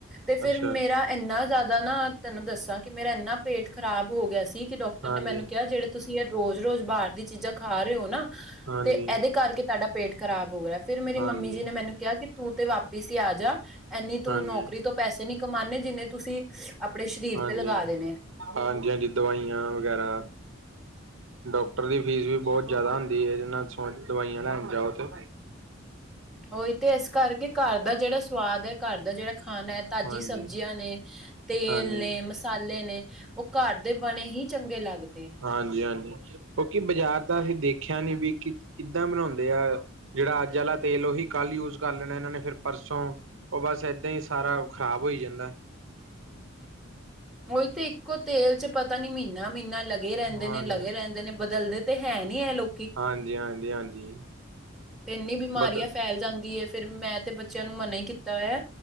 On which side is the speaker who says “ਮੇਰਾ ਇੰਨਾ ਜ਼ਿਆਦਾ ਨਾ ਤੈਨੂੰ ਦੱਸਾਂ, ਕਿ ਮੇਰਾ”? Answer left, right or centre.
Centre